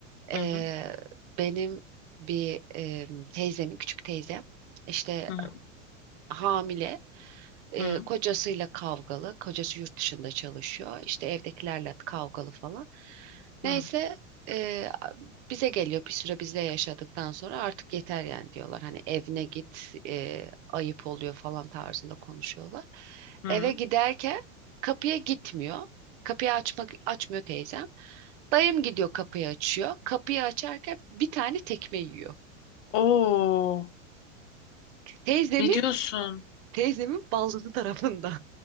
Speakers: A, on the right (about 55°); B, on the left (about 65°).
A: Ee,
B: Hı hı
A: benim bir e, teyzemin küçük teyzem işte
B: hı
A: hamile E,
B: hı
A: kocasıyla kavgalı. Kocası yurt dışında çalışıyor. İşte evdekilerle kavgalı falan.
B: hı
A: Neyse e, bize geliyor bir süre bizde yaşadıktan sonra artık yeter yani diyorlar. Hani evine git e, ayıp oluyor falan tarzında konuşuyorlar.
B: hı. hı.
A: Eve giderken kapıya gitmiyor. Kapıyı açmak açmıyor teyzem. Dayım gidiyor kapıyı açıyor. Kapıyı açarken bir tane tekme yiyor.
B: Oo,
A: Teyzemin,
B: ne diyorsun?
A: teyzemin baldızı tarafından.